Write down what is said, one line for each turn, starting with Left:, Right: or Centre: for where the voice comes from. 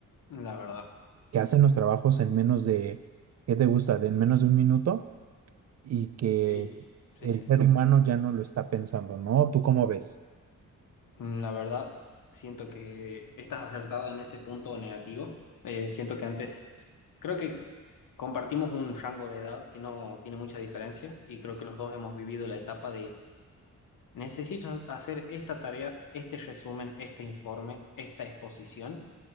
Left: La verdad.
Right: que hacen los trabajos en menos de, ¿qué te gusta? De en menos de un minuto y que
Left: Sí, sí,
Right: el
Left: sí.
Right: ser humano ya no lo está pensando, ¿no? ¿Tú cómo ves?
Left: Mm, La verdad, siento que estás acertado en ese punto negativo. Eh, siento que antes, creo que compartimos un rango de edad que no tiene mucha diferencia y creo que los dos hemos vivido la etapa de necesito hacer esta tarea, este resumen, este informe, esta exposición.